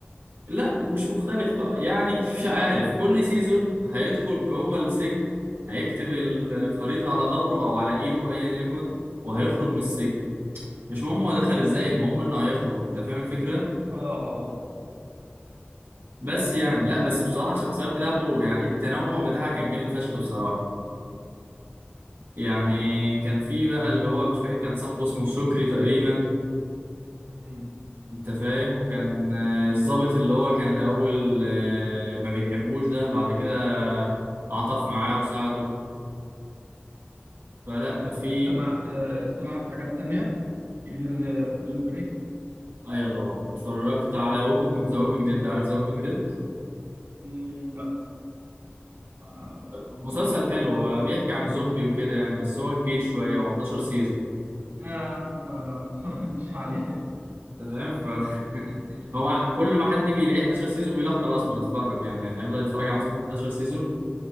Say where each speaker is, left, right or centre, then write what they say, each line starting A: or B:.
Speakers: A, on the right; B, on the right.
A: لا مش مختلف خ- يعني <laughs> مش عارف كل سيزون هيدخل جوه السجن هيكتب الخريطة على ظهره أو على إيده أيا يكن وهيخرج من السجن مش مهم هو دخل إزاي المهم إنه هيخرج أنت فاهم الفكرة
B: اه آه، آه.
A: بس يعني لا بس بصراحة الشخصيات بتاعته يعني التنوع بتاعها كان جامد فشخ بصراحة يعني كان في بقى اللي هو مش فاكر كان صاحبه اسمه شكري تقريبا
B: مم.
A: انت فاهم وكان آه، الضابط اللي هو كان الاول آه، ما بيحبوش ده بعد كده تعاطف معاه وساعده فلا
B: طب است-
A: في
B: استمعت آه، استمعت حاجات تانية غير بريزون بريك
A: ايوه طبعا اتفرجت على ووكينج ذا ووكينج ديد عارف ذا ووكينج ديد
B: لا ما ما
A: مسلسل
B: سمعتوش
A: حلو هو بيحكي عن زومبي وكده يعني بس هو كبير شويه و11 سيزون
B: لا لا لا لا، ما اتفرجتش عليه
A: انت فاهم ف <laughs> هو كل ما حد بيلاقيه 11 سيزون بيقول لك خلاص مش هتفرج يعني يعني هيفضل يتفرج على مسلسل 11 سيزون